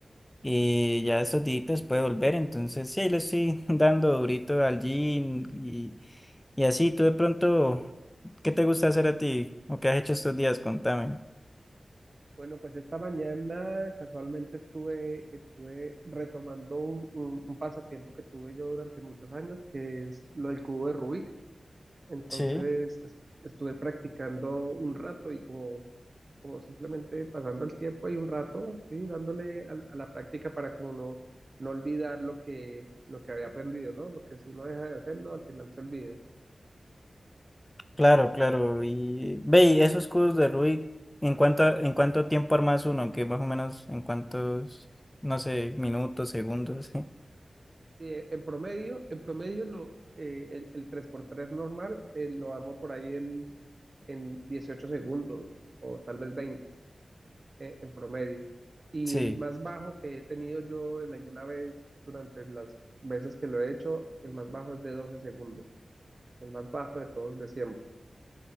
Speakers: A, on the left; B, on the right.
A: eh, ya estos días puede volver, entonces sí, ahí le estoy <laughs> dando durito al gym y, y así, tú de pronto, ¿qué te gusta hacer a ti o qué has hecho estos días? Contame.
B: Bueno, pues esta mañana casualmente estuve, estuve retomando un, un- un pasatiempo que tuve yo durante muchos años, que es lo del cubo de Rubik. Entonces
A: Sí.
B: es- estuve practicando un rato y como, como simplemente pasando el tiempo y un rato, sí, dándole a, la a la práctica para como no, no olvidar lo que, lo que había aprendido, ¿no? Porque si uno deja de hacerlo, al final se olvida.
A: Claro, claro. Y ve, y esos cubos de Rubik, ¿en cuánto, en cuánto tiempo armas uno? Que más o menos en cuántos, no sé, minutos, segundos. <laughs>
B: Sí, e, en promedio, en promedio lo, eh, el, el tres por tres normal eh, lo armo por ahí en, en 18 segundos o tal vez 20 eh, en promedio. Y
A: Sí.
B: el más bajo que he tenido yo en alguna vez durante las veces que lo he hecho, el más bajo es de 12 segundos, el más bajo de todos de siempre.